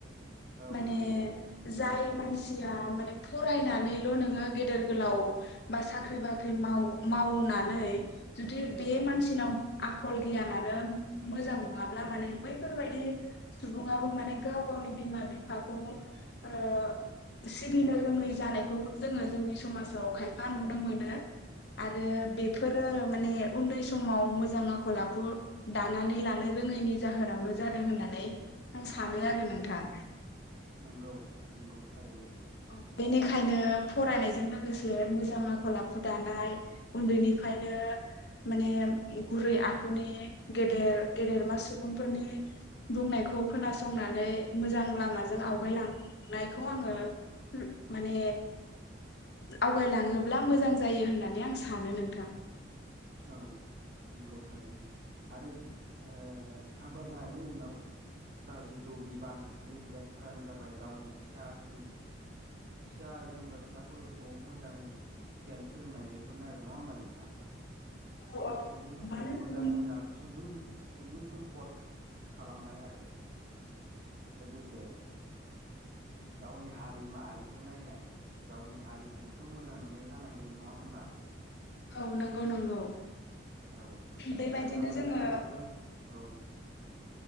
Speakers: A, on the right (about 50°); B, on the left (about 55°).
A: औ
B: माने
A: नंगौ औ
B: जाय मानसिया माने फो फरायनानैल' नोङो गेदेर गोलाव बा साख्रि बाख्रि माव मावनानै जुदि बे मानसिनाव आखल गियानो मोजां नङाब्ला माने बैफोरबायदि सुबुङाबो माने गाव गावनि बिमा बिफाखौ ओ सिबिनो रोङै जानायखौ जोङो जोंनि समाजाव खायफा नुनो मोनो आरो बेफोरो माने उन्दै समाव मोजां आखल आखु दानानै लानो रोङैनि जाहोनावनो जादों होननानै आं सानो आरो नोंथां।
A: नंगौ नंगौ थारैनो
B: औ बेनिखायनो फरायनायजों लोगोसे मोजां आखल आखु दानाय उन्दैनिफ्रायनो माने गुरै आखुनि गेदेर गेदेरमा सुबुंफोरनि बुंनायखौ खोनासंनानै मोजां लामाजों आवगायलांनायखौ आङो माने आवगायलाङोब्ला मोजां जायो होननानै आं सानो नोंथां।
A: औ नंगौ थारैनो आरो ओ हाबा जानायनि उनाव जा जिथु बिबान बे बिबानफोरानो जाबाय गावनि फिसा जुदि फि-फिसा जेनेबा फिसाफोरखौ मोजाङै गियान फोरोंनाय बेफोरनो आरो नङा होमबा नोंथां?
B: औ औ
A: बेफोरखौबो सासे
B: मानो
A: मोजां
B: होनना बुङोब्ला
A: मोजां सुबुं सुबुं सम्पद खालामनाय आरो लोगोसे गावनि हारि माहारिखौ नायनाय गावनि हारिखौबोथ' मोजां मोननाय जानांगोन नङा होमबा?
B: औ नंगौ नंगौ
A: औ
B: बेबायदिनो
A: आरो गावनि
B: जोङो
A: फिसाफ्राबो
B: औ
A: औ